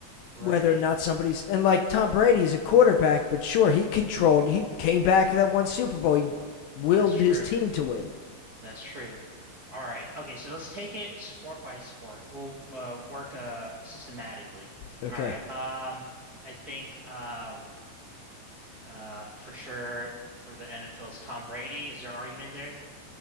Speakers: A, on the right (about 50°); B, on the left (about 75°).
A: Right.
B: whether or not somebody's and like Tom Brady's a quarterback, but sure he controlled. He came back that one Super Bowl. He willed
A: That's true.
B: his team to win.
A: That's true. All right. Okay, so let's take it sport by sport. We'll uh, work uh systematically.
B: Okay.
A: All right. Um, I think um uh for sure for the NFL's Tom Brady, is there argument there?